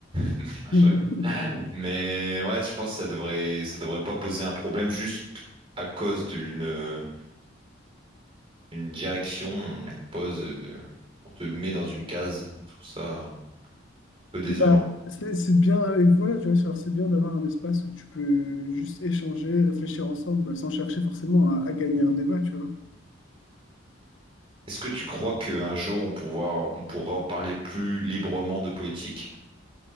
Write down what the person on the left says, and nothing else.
<laughs>
Bah, c'est c'est bien, et voilà, tu vois, genre, c'est bien d'avoir un espace où tu peux juste échanger, réfléchir ensemble, bah, sans chercher forcément à, à gagner un débat, tu vois.